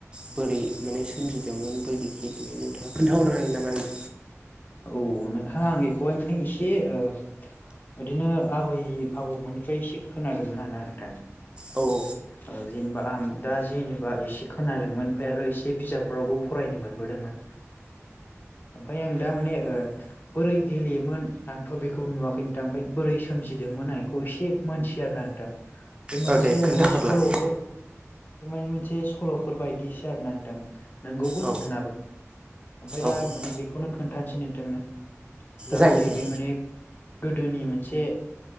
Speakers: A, on the right (about 20°); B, on the left (about 40°).
A: बोरै माने सोमजिदोंमोन बोरै गेलेयो नोंथाङा खोन्थाहरनो हागोन नामा आंनो?
B: औ नोंथां आं बेखौहाय माने एसे ओ बिदिनो आबै आबौमोननिफ्राय एसे खोनादोंमोन आरो ना नोंथां।
A: औ औ
B: औ जेनबा आं दा जेनेबा एसे खोनादोंमोन ओमफ्राय आरो एसे बिजाबफोरावबो फरायनो मोनबोदोंमोन ओमफाय आं दा माने ओ बोरै गेलेयोमोन आंथ' बेखौ नुवाखै नोंथां, ओमफाय बोरै सोमजिदोंमोन आं बेखौ एसे मोनथियो आरोना नोंथां बे मोनसे
A: औ दे
B: माने
A: खोन्थाहरलाय
B: सल'फोर बे माने मोनसे सल'फोर बायदि सो आरोना नोंथां नोंगौबो
A: औ
B: नोङाबो। ओमफाय दा
A: औ
B: आं माने बेखौनो खोन्थानोसै नोंथांनो जाहाथे
A: जायो दे
B: बे माने गोदोनि मोनसे